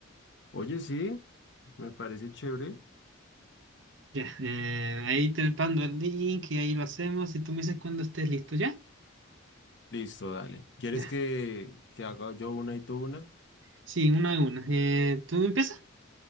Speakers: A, on the left; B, on the right.
A: Oye, sí, me parece chévere.
B: Ya. Eh, ahí te mando el link y ahí lo hacemos. Y tú me dices cuando estés listo, ¿ya?
A: Listo, dale. ¿Quieres
B: Ya.
A: que, que haga yo una y tú una?
B: Sí, una a una. Eh, ¿tú empiezas?